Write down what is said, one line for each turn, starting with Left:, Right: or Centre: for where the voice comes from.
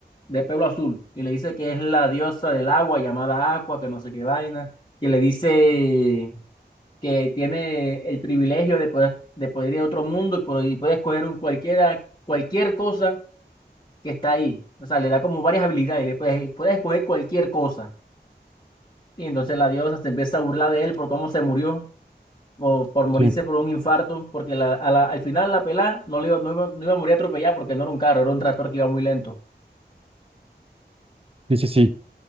Left: de pelo azul y le dice que es la diosa del agua llamada Aqua, que no sé qué vaina, y le dice que tiene el privilegio de poder, de poder ir a otro mundo y, por- y puede escoger un cualquiera, cualquier cosa que está ahí. O sea, le da como varias habilidades, le puedes, puedes escoger cualquier cosa. Y entonces la diosa se empieza a burlar de él por cómo se murió. o por morirse
Right: Sí,
Left: por un infarto, porque la- a la- al final la pelada no, le iba, no, iba, no iba a morir atropellada porque no era un carro, era un tractor que iba muy lento.
Right: sí, sí, sí.